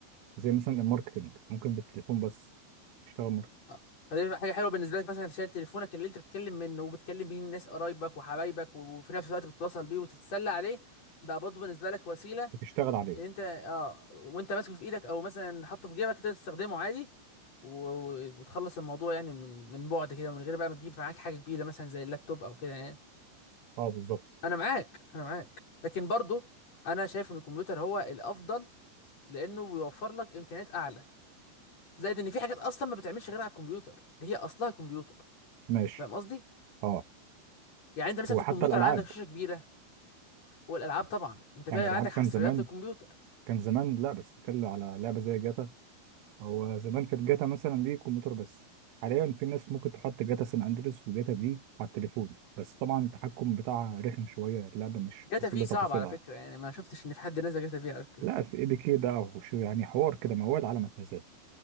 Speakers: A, on the right; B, on the left.
A: زي مثلا الماركتينج ممكن بالتليفون بس تشتغل
B: آه. فدي حاجه حلوه بالنسبه لك مثلا انت شايل تليفونك اللي انت بتتكلم منه وبتكلم بيه الناس قرايبك وحبايبك وفي نفس الوقت بتتواصل بيه وتتسلى عليه بقى برضو بالنسبه لك وسيله
A: بتشتغل عليه
B: انت اه وانت ماسكه في ايدك او مثلا حاطه في جيبك تقدر تستخدمه عادي و... و- وتخلص الموضوع يعني من من بعد كده من غير بقى ما تجيب معاك حاجه كبيره مثلا زي اللابتوب او كده يعني
A: اه بالظبط
B: انا معاك انا معاك لكن برضو انا شايف ان الكمبيوتر هو الافضل لانه بيوفر لك امكانيات اعلى زائد ان في حاجات اصلا ما بتعملش غير على الكمبيوتر دي هي اصلها كمبيوتر
A: ماشي
B: فاهم قصدي
A: اه
B: يعني انت مثلا
A: وحتى
B: في الكمبيوتر
A: الالعاب
B: عندك شاشه كبيره والالعاب طبعا انت فعلا
A: يعني الالعاب
B: عندك
A: كان
B: حصريات
A: زمان
B: للكمبيوتر
A: كان زمان لا بس بتكلم على لعبه زي جاتا هو زمان كانت جاتا مثلا دي كمبيوتر بس حاليا في ناس ممكن تحط جاتا سان اندريس وجاتا دي على التليفون بس طبعا التحكم بتاعها رخم شويه اللعبه مش
B: جاتا
A: بكل
B: في صعب
A: تفاصيلها
B: على فكره يعني ما شفتش ان في حد نزل جاتا في على التليفون
A: لا في اي بي كي بقى وشو يعني حوار كده موال على ما هو العالم هتنزله